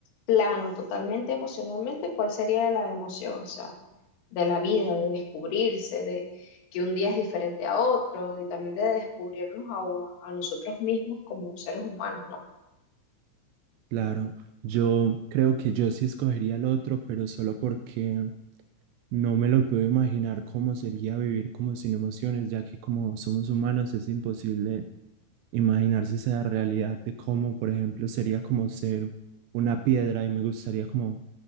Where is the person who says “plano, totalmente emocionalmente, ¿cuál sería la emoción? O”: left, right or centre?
Left